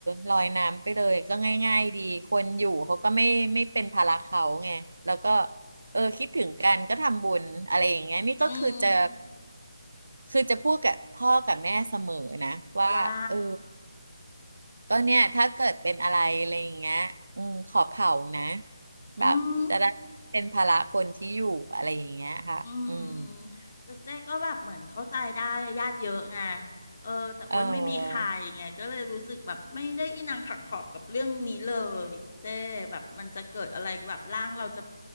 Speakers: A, on the right (about 75°); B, on the left (about 45°).
A: ลอยน้ำไปเลยก็ง่ายๆดีคนอยู่เขาก็ไม่ไม่เป็นภาระเขาไงแล้วก็ เออคิดถึงกันก็ทำบุญอะไรอย่างเงี้ยนี่ก็คือจะ
B: อืม
A: คือจะพูดกับพ่อกับแม่เสมอนะว่าเออ
B: ว่า
A: ก็เนี่ยถ้าเกิดเป็นอะไรอะไรอย่างเงี้ยอืมขอเผานะ
B: อืม
A: แบบจะได้เป็นภาระคนที่อยู่อะไรอย่างเงี้ยค่ะอืม
B: อืมอืมแต่เจ๊ก็แบบเหมือนเข้าใจได้อะญาติเยอะไงเออแต่อ้วนไม่มีใครไงก็เลยรู้สึกแบบไม่ได้อินังขังขอบกับเรื่องนี้เลยเจ๊แบบมันจะเกิดอะไรแบบร่างเราจะ
A: เออ